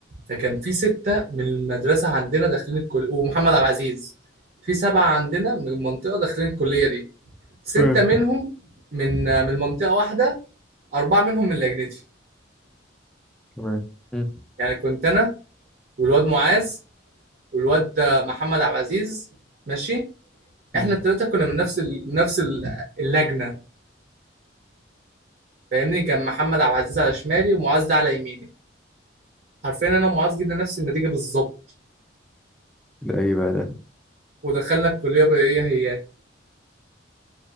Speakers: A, on the right; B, in the centre.
A: فكان في سته من المدرسه عندنا داخلين الكليه ومحمد عبد العزيز في سبعه عندنا من المنطقه داخلين الكليه دي سته
B: ايه.
A: منهم من آه، من منطقه واحده اربعه منهم من لجنتي
B: تمام امم
A: يعني كنت انا والواد معاذ والواد آه، محمد عبد العزيز ماشي
B: امم.
A: احنا الثلاثه كنا من نفس ال... نفس ال- اللجنه فاهمني كان محمد عبد العزيز على شمالي ومعاذ ده على يميني حرفيا انا ومعاذ جبنا نفس النتيجه بالظبط
B: ده ايه بقى ده
A: ودخلنا الكليه بايه هي